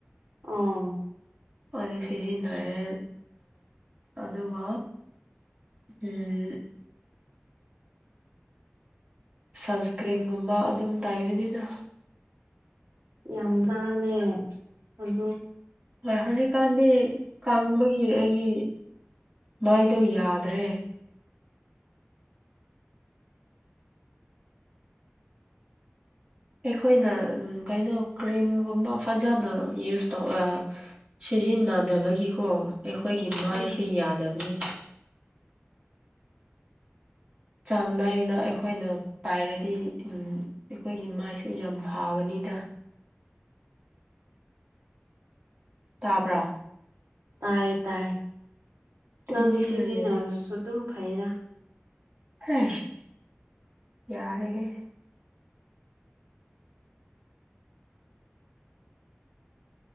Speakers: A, on the right; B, on the right.
A: ꯑꯥ
B: ꯑꯗꯨ ꯁꯤꯖꯤꯟꯅꯔꯦ ꯑꯗꯨꯒ ꯎꯝ ꯁꯟꯁꯀ꯭ꯔꯤꯟꯒꯨꯝꯕ ꯑꯗꯨꯝ ꯇꯥꯏꯕꯅꯤꯅ
A: ꯌꯥꯝꯗꯂꯦ ꯑꯗꯨꯣ
B: ꯍꯣꯏ ꯍꯧꯖꯤꯛꯀꯥꯟꯗꯤ ꯀꯪꯕꯒꯤ ꯑꯩꯒꯤ ꯃꯥꯏꯗꯣ ꯌꯥꯗ꯭ꯔꯦ ꯑꯩꯈꯣꯏꯅ ꯀꯩꯅꯣ ꯀ꯭ꯔꯤꯝꯒꯨꯝꯕ ꯐꯖꯅ ꯌꯨꯁ ꯇꯧ ꯁꯤꯖꯤꯟꯅꯗꯕꯒꯤꯀꯣ ꯑꯩꯈꯣꯏꯒꯤ ꯃꯥꯏꯁꯦ
A: ꯎꯝ
B: ꯌꯥꯗꯕꯅꯤ ꯆꯥꯡ ꯅꯥꯏꯅ ꯑꯩꯈꯣꯏꯅ ꯄꯥꯏꯔꯗꯤ ꯑꯩꯈꯣꯏꯒꯤ ꯃꯥꯏꯁꯨ ꯌꯥꯝ ꯐꯒꯅꯤ ꯗ ꯇꯥꯕ꯭ꯔꯥ
A: ꯇꯥꯏ ꯇꯥꯏ
B: ꯇꯨꯃꯤꯟꯅ
A: ꯅꯪꯗꯤ ꯁꯤꯖꯤꯟꯅꯔꯁꯨ
B: ꯂꯩ
A: ꯑꯗꯨꯝ ꯐꯩꯔꯥ
B: ꯑ ꯌꯥꯔ ꯍ